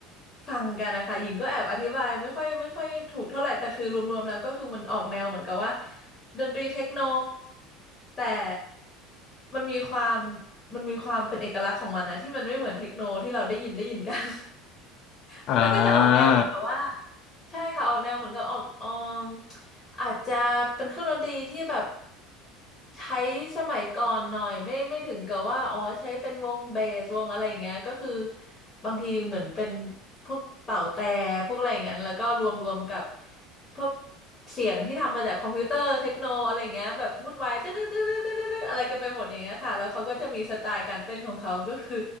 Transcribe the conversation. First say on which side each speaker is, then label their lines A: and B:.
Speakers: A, on the left (about 25°); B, on the left (about 50°).
A: ฟังกันนะคะหญิงก็แอบอธิบายไม่ค่อยไม่ค่อยถูกเท่าไหร่แต่คือรวมๆแล้วก็คือมันออกแนวเหมือนกับว่าดนตรีเทคโนแต่มันมีความมันมีความเป็นเอกลักษณ์ของมันนะที่มันไม่เหมือนเทคโนที่เราได้ยินได้ยินกัน
B: อ่า
A: <laughs> แล้วก็จะออกแนวเหมือนกับว่าใช่ค่ะออกแนวเหมือนกับออกออม อาจจะเป็นเครื่องดนตรีที่แบบใช้สมัยก่อนหน่อยไม่ไม่ถึงกับว่าอ๋อใช้เป็นวงเบสวงอะไรอย่างเงี้ยก็คือบางทีเหมือนเป็นพวกเป่าแตรพวกอะไรอย่างเงี้ยแล้วก็รวมรวมกับพวกเสียงที่ทำมาจากคอมพิวเตอร์เทคโนอะไรอย่างเงี้ยแบบวุ่นวายตึ๊ดตึ๊ดตึ๊ดตึ๊ดตึ๊ดอะไรกันไปหมดอย่างเงี้ยค่ะแล้วเขาก็จะมีสไตล์การเต้นของเขาก็คือ